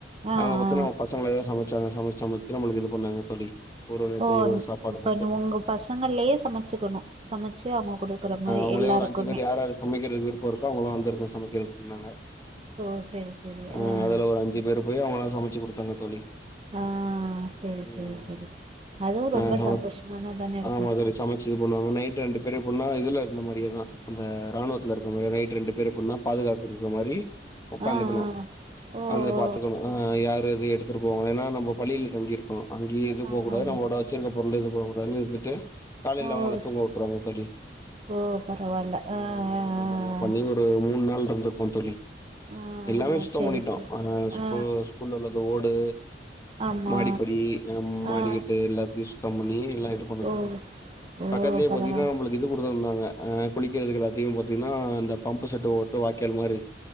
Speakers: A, on the right; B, on the left.
A: ஆ
B: அகமொத்தோ
A: ஆ
B: நம்ம பசங்களேதா சமச்சாங்க சமச்சி சமைச்சி நம்ளுக்கு இது பண்ணாங்க தோழி ஒரு ஒரு நேரத்துக்கு
A: ஓ
B: ஒரு ஒரு சாப்பாடு
A: இப்ப
B: போட்டு
A: உங்க பசங்கள்ளையே சமச்சிக்கணு சமச்சி அவுங்க குடுக்குற மாரி
B: அவுங்களே
A: எல்லாருக்குமே
B: ஒரு அஞ்சி பேரு யார்ராரு சமைக்கறதுக்கு விருப்போருக்கோ அவுங்களா வந்துருங்க சமைக்கிறதுக்குன்னாங்க
A: ஓ செரி செரி
B: அ
A: ஆ
B: அதுல ஒரு அஞ்சி பேரு போய் அவங்களா சமச்சி குடுத்தாங்க தோழி
A: ஆ செரி
B: ம்
A: செரி செரி அதுவு
B: <unintelligible>
A: ரொம்ப சந்தோஷமான தானே இருக்கு
B: ஆமா தோழி சமச்சது பண்ணுவாங்க நைட் ரெண்டு பெரிய பொண்ணா இதுலருந் அம்மாரியேதா அந்த ராணுவத்துல இருக்குமே நைட்டு ரெண்டு பெரிய பொண்ணா பாதுகாப்பு இருக்குற மாரி ஒக்காந்துக்கணு
A: ஆ ஆ ஓ
B: வந்து
A: ஓ
B: பாத்துக்கணு அ யார் து எது எடுத்துட்டு போவாங்க ஏன்னா நம்ப பள்ளியில தங்கிருக்கோ அங்கேயே எது
A: ஆமா
B: போகக் கூடாது
A: ஆமா
B: அவுங்ளோட வெச்சிருக்க பொருளு எது போகக்கூடாதுனு இருந்துட்டு காலைல
A: ஓ
B: அவுங்கள தூங்க
A: ஸ்
B: வுட்றுவாங்க தோழி
A: ஓ பரவால்ல
B: ம்
A: ஆ ஆ ஆ
B: அந்த மார்லா பண்ணி ஒரு மூண் நாள்ருந்ருப்போ தோழி
A: ஆ
B: எல்லாமே
A: ஆ
B: சுத்தம்
A: செரி
B: பண்ணிட்டோ
A: செரி
B: அ ஸ்கூல்
A: ஆ
B: ஸ்கூல்ல உள்ள ஓடு
A: ஆமா
B: மாடிப்படி மாடிக்கிட்டு
A: ஆ
B: எல்லாதையு சுத்தம் பண்ணி எல்லாத் அ இருப்பாங்கள்
A: ஓ
B: தோழி
A: ஓ
B: பக்கத்லயே
A: பரவால்ல
B: பத்தீங்னா நம்ளுக்கு இது குடுத்துருந்தாங்க அ குளிக்கிறதுக்கு எல்லாத்தயு பாத்தீங்ன்னா இந்த பம்பு செட்டு ஓட்டோ வாய்க்கால் மாரி